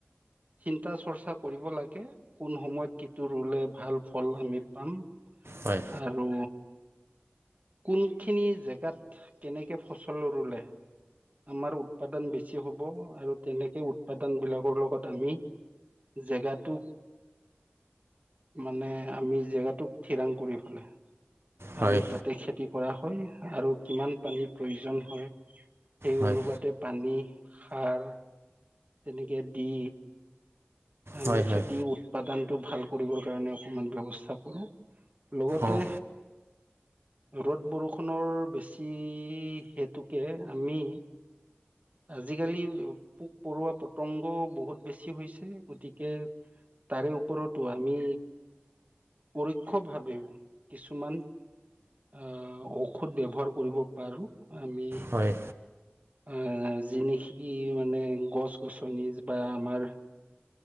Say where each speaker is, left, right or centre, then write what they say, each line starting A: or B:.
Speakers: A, on the right (about 40°); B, on the right (about 85°).
A: চিন্তা-চৰ্চা কৰিব লাগে। কোন সময়ত কিটো ৰুলে, ভাল ফল আমি পাম
B: হয়
A: আৰু কোনখিনি জেগাত কেনেকে ফচল ৰুলে আমাৰ উৎপাদন বেছি হ'ব আৰু তেনেকে উৎপাদনবিলাকৰ লগত আমি জেগাটো মানে আমি জেগাটোক থিৰাং কৰি পেলাই
B: হয়
A: আমি তাতে খেতি কৰা হয় আৰু কিমান পানীৰ প্ৰয়োজন হয় সেই
B: হয়
A: অনুপাতে পানী, সাৰ, তেনেকে দি আমি
B: হয় হয়
A: খেতি উৎপাদনটো ভাল কৰিবৰ কাৰণে অকমান ব্যৱস্থা কৰোঁ। লগতে
B: অঁ
A: ৰ'দ, বৰষুণৰ বেছি হেতুকে আমি আজিকালি পোক-পৰুৱা, পতংগ বহুত বেছি হৈছে, গতিকে তাৰে ওপৰতো আমি পৰোক্ষভাৱেও কিছুমান অ' ঔষধ ব্যৱহাৰ কৰিব পাৰোঁ। আমি
B: হয়
A: আহ যি নিকি মানে গছ -গছনি বা আমাৰ